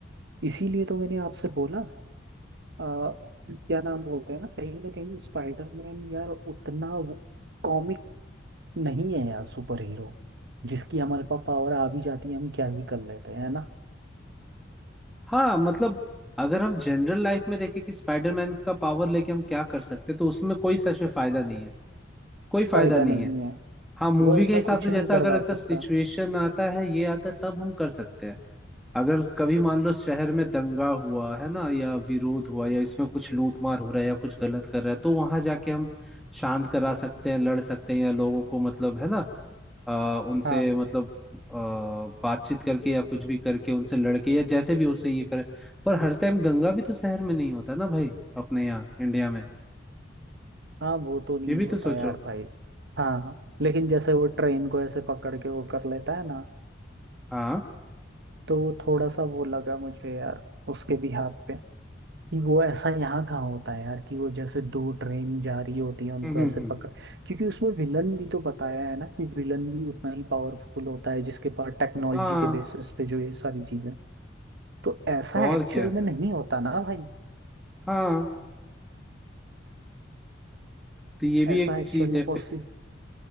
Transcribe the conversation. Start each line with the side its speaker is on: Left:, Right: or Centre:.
Right: इसीलिए तो मैंने आपसे बोला आ, कि क्या नाम बोलते हैं ना कहीं ना कहीं स्पाइडरमैन यार उतना कॉमिक नहीं है यार सुपर हीरो जिसकी हमारे पास पावर आ भी जाती है हम क्या ही कर लेते हैं है ना
Centre: हाँ मतलब अगर हम जनरल लाइफ में देखें कि स्पाइडरमैन का पावर लेके हम क्या कर सकते हैं तो उसमें कोई सच में फायदा नहीं है कोई फायदा
Right: फायदा
Centre: नहीं
Right: नहीं
Centre: है
Right: है
Centre: हाँ मूवी
Right: वो ऐसा
Centre: के हिसाब
Right: कुछ
Centre: से
Right: नहीं
Centre: जैसा
Right: करवा
Centre: अगर ऐसा
Right: सकता
Centre: सिचुएशन आता है ये आता है तब हम कर सकते हैं अगर कभी मान लो शहर में दंगा हुआ है ना या विरोध हुआ या इसमें कुछ लूटमार हो रहा है या कुछ गलत कर रहा है तो वहां जाके हम शांत करा सकते हैं लड़ सकते हैं या लोगों को मतलब है ना आ, उनसे
Right: हाँ
Centre: मतलब आ, बातचीत करके या कुछ भी करके उनसे लड़के या जैसे भी उससे ये करे पर हर टाइम दंगा भी तो शहर में नहीं होता ना भाई अपने यहाँ इंडिया में
Right: हाँ वो तो नहीं
Centre: ये भी
Right: होता
Centre: तो सोचो
Right: यार भाई हाँ लेकिन जैसे वो ट्रेन को ऐसे पकड़ के वो कर लेता है ना
Centre: हाँ
Right: तो वो थोड़ा सा वो लगा मुझे यार उसके भी हाथ पे कि वो ऐसा यहाँ कहाँ होता है यार कि वो जैसे दो ट्रेन जा रही होती है उनको
Centre: हम्म
Right: ऐसे
Centre: हम्म, हम्म।
Right: पकड़ क्योंकि उसमें विलन भी तो बताया है ना कि विलन भी उतना ही पावरफुल होता है जिसके पास टेक्नोलॉजी
Centre: हाँ
Right: के बेसिस पे जो ये सारी चीजें तो ऐसा
Centre: तो और
Right: एक्चुअल
Centre: क्या
Right: में नहीं होता ना भाई
Centre: हाँ तो ये भी
Right: ऐसा
Centre: एक
Right: एक्चुअल
Centre: चीज
Right: में
Centre: है
Right: पॉसिबल